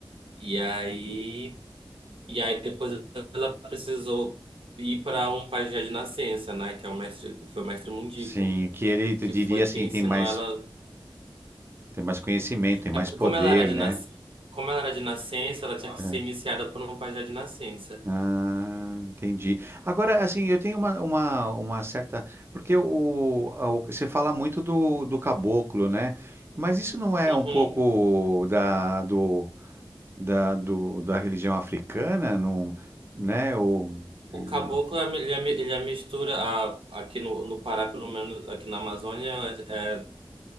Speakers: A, on the right (about 85°); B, on the right (about 25°).
A: E aí, e aí depois ela precisou ir para um pajé de nascença, né? Que é o mestre, que foi o mestre Mundico,
B: Sim, que ele te
A: que
B: diria
A: foi
B: assim,
A: quem
B: tem
A: ensinou
B: mais,
A: ela.
B: tem mais conhecimento, tem mais
A: É porque
B: poder,
A: como ela era de
B: né?
A: nas... como ela era de nascença, ela tinha que
B: Aham.
A: ser iniciada por um pajé de nascença.
B: Ah, entendi. Agora, assim, eu tenho uma, uma, uma certa. Porque o, a- o- você fala muito do, do caboclo, né? Mas isso não é
A: Uhum.
B: um pouco da, do, da, do, da religião africana, não, né? O,
A: O
B: o-
A: caboclo, é a mi- ele é a mi- ele é a mistura, a- aqui no, no Pará, pelo menos aqui na Amazônia, é- é,